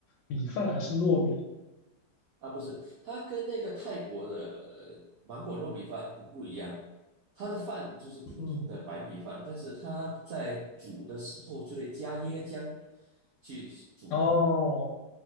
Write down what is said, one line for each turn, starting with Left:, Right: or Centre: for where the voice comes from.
Left: 米饭还是糯米？
Right: 啊，不是，它跟那个泰国的呃芒果糯米饭不不一样，它的饭就是普通的白米饭，
Left: 嗯，
Right: 但是它在煮的时候就会加椰浆去煮，
Left: 哦。